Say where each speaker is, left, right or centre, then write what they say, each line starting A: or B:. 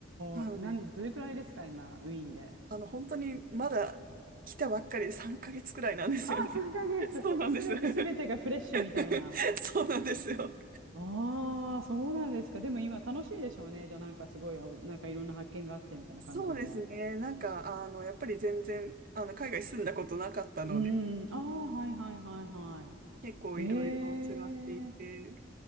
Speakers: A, on the right (about 45°); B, on the right (about 80°).
A: はい。
B: おー、なん、どれくらいですか今、ウィーンで。
A: あの、本当にまだ来たばっかりで3ヶ月くらいなんですよね。
B: ああ、3ヶ月。
A: <laughs> そうなんです。
B: すべてすべてがフレッシュみたいな。
A: <laughs> そうなんですよ。
B: ああ、そうなんですか。でも今楽しいでしょうね。じゃあなんかすごい、あなんかいろんな発見があってみたいな感じで。
A: そうですね。なんか、あの、やっぱり全然、あの、海外住んだことなかったので、
B: うーん。ああ、はいはいはいはい。
A: 結構いろいろ違っていて、
B: へえ。